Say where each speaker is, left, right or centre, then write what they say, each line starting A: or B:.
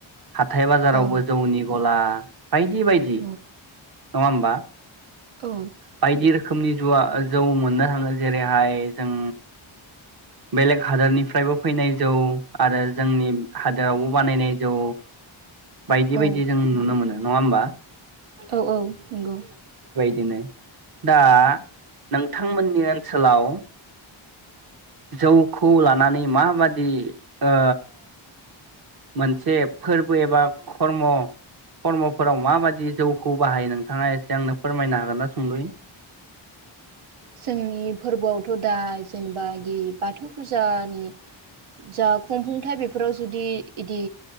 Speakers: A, on the right; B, on the right.
A: हाथाय बाजारावबो
B: औ
A: जौनि गला <inaudible> बायदि बायदि
B: औ
A: नङा होमबा
B: औ
A: बायदि रोखोमनि जुवा जौ मोननो हाङो जेरैहाय जों बेलेग हादोरनिफ्रायबो फैनाय जौ आरो जोंनि हादोरावबो बानायनाय जौ बायदि
B: औ
A: बायदि जों नुनो मोनो नङा होमबा
B: औ औ नोंगौ
A: दिनो दा नोंथांमोननि ओनसोलाव जौखौ लानानै माबादि ओ मोनसे फोरबो एबा खर्म खर्मफोराव माबादि जौखौ बाहायो नोंथाङा एसे आंनो फोरमायनो हागोन ना सुंदयै
B: जोंनि फोरबोआवथ' दा जेनेबा बिदि बाथौ फुजानि जा खुंफुंथाय बेफोराव जुदि इदि